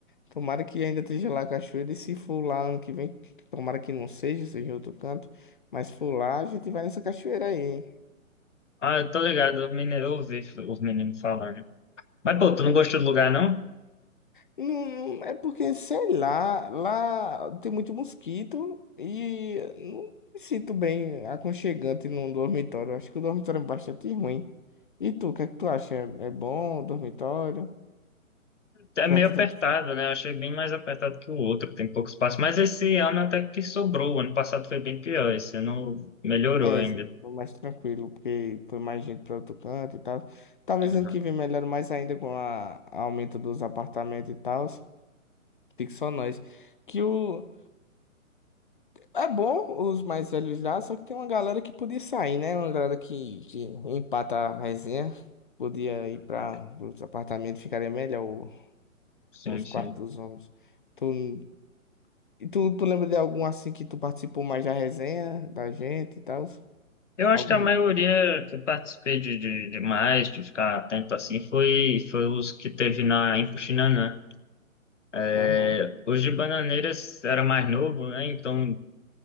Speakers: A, on the left; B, on the left.
A: Tomara que ainda esteja lá a cachoeira. E se for lá ano que vem, tomara que não seja, seja em outro canto. Mas se for lá, a gente vai nessa cachoeira aí. hein?"
B: Ah, eu tô ligado, os meninos, eu ouvi os meninos falando. Mas, pô, tu não gostou do lugar, não?
A: Não, não- é porque, sei lá, lá tem muito mosquito e não me sinto bem aconchegante num dormitório. Acho que o dormitório é bastante ruim. E tu, o que é que tu acha? É é bom o dormitório?
B: É
A: Tu
B: meio
A: vai tanto
B: apertado, né? Eu achei bem mais apertado que o outro, tem pouco espaço. Mas esse ano até que sobrou. O ano passado foi bem pior, esse ano melhorou
A: É,
B: ainda.
A: isso foi mais tranquilo, porque foi mais gente para outro canto e tal. Talvez
B: Aham.
A: ano que vem melhore mais ainda com a a aumento dos apartamentos e tal. Fique só nós. Que o. É bom os mais velhos lá, só que tem uma galera que podia sair, né? Uma galera que, que empata a resenha. Podia ir para
B: Aham.
A: os apartamentos, ficaria melhor o-
B: Sim,
A: os
B: sim.
A: quartos dos homens. Tu, e tu, tu lembra de algum assim que tu participou mais da resenha da gente e tal?
B: Eu acho
A: Algum.
B: que a
A: ri-
B: maioria que eu participei de, de, de mais, de ficar atento assim, foi, foi os que teve na em Puxinanã. É,
A: Aham.
B: os de Bananeiras era mais novo, né? Então